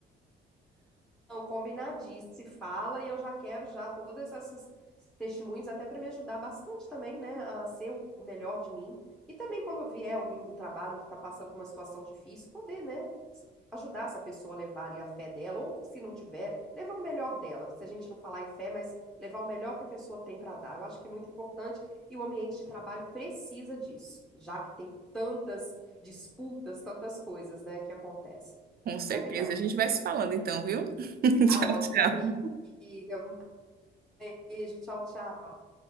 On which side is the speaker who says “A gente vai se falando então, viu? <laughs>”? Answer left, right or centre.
Right